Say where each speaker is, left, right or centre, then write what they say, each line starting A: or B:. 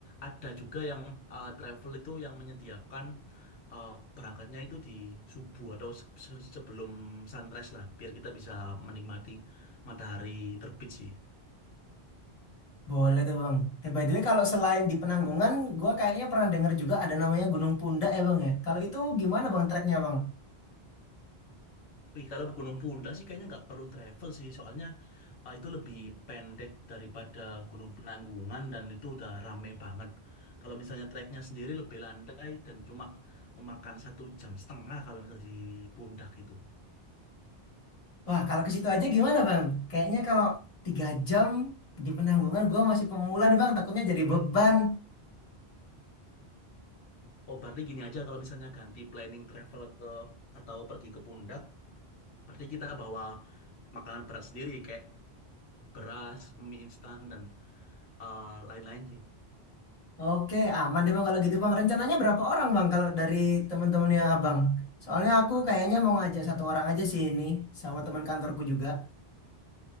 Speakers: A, on the left; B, on the left.
A: ada juga yang eh, travel itu yang menyediakan eh, berangkatnya itu di subuh atau se- se- sebelum sunrise lah, biar kita bisa menikmati matahari terbit sih.
B: Boleh tuh bang. Eh by the way kalau selain di Penanggungan, gua kayaknya pernah dengar juga ada namanya Gunung Pundak ya bang ya. Kalau itu gimana bang treknya bang?
A: Wih, kalau Gunung Punda sih kayaknya nggak perlu travel sih, soalnya ah, itu lebih pendek daripada Gunung Penanggungan dan itu udah rame banget. Kalau misalnya treknya sendiri lebih landai dan cuma memakan satu jam setengah kalau misalnya di Pundak gitu.
B: Wah, kalau ke situ aja gimana, Bang? Kayaknya kalau tiga jam di Penanggungan, gua masih pemula nih, Bang. Takutnya jadi beban.
A: Oh, berarti gini aja kalau misalnya ganti planning travel ke atau pergi ke Pundak, berarti kita bawa makanan berat sendiri kayak beras, mie instan dan ah, lain-lain sih.
B: Oke, aman deh, Bang. Kalau gitu, Bang. Rencananya berapa orang, Bang? Kalau dari teman-temannya Abang. Soalnya aku kayaknya mau ngajak satu orang aja sih ini, sama teman kantorku juga.